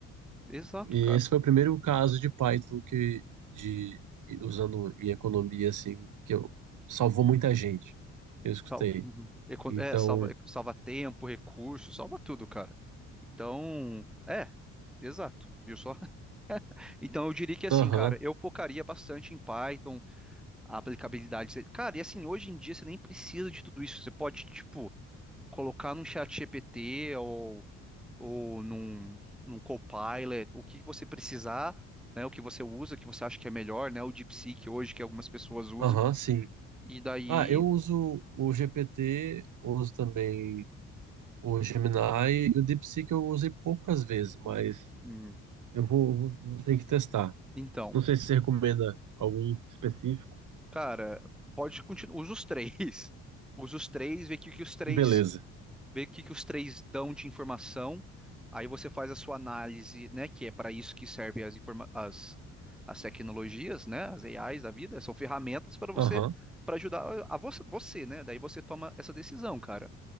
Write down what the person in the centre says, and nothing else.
Exato,
cara.
Sal- uhum. Econ-
É, salva, salva tempo, recurso, salva tudo, cara. Então, é, exato, viu só? <laughs> Então eu diria que assim,
cara, eu focaria bastante em Python, a aplicabilidade. Cara, e assim, hoje em dia você nem precisa de tudo isso. Você pode, tipo, colocar num chat GPT ou, ou num, num Copilot, o que que você precisar, né? O que você usa, o que você acha que é melhor, né? O DeepSeek hoje que algumas pessoas usam.
E daí,
hum,
então.
Cara, pode continuar. Usa os três. <laughs> Usa os três, vê o que, que os três,
vê o que, que os três dão de informação. Aí você faz a sua análise, né? Que é para isso que servem as, informa- as, as tecnologias, né? As AIs da vida, são ferramentas para você,
para ajudar a, a vo- você, né? Daí você toma essa decisão, cara.